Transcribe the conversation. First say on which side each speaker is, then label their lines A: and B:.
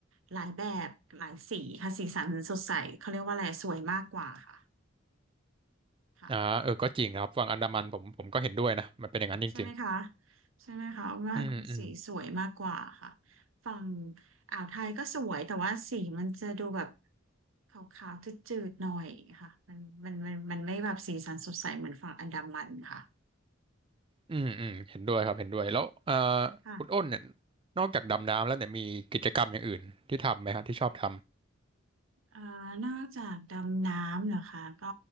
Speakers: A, on the right (about 85°); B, on the right (about 25°).
A: หลายแบบหลายสีค่ะสีสันสดใสเขาเรียกว่าอะไรสวยมากกว่าค่ะค่ะ
B: อ่าเออก็จริงนะครับฝั่งอันดามันผมผมก็เห็นด้วยนะมันเป็นอย่างนั้นจริง
A: ใช่ไหมคะใช่ไหมคะอ้นว่าสีสวยมากกว่าค่ะ
B: ๆอืมอืม
A: ฝั่งอ่าวไทยก็สวยแต่ว่าสีมันจะดูแบบขาวๆจืดๆหน่อยค่ะมันมันมันมันไม่แบบสีสันสดใสเหมือนฝั่งอันดามันค
B: อืมอืมเห็นด้วยครับเห็นด้วยแล้วเอ่อ
A: ่ะ
B: คุณอ้นเนี่ยนอกจากดำน้ำแล้วเนี่ยมีกิจกรรมอย่างอื่นที่ทำไหมฮะที่ชอบท
A: อ่านอกจากดำน้ำเหรอคะก็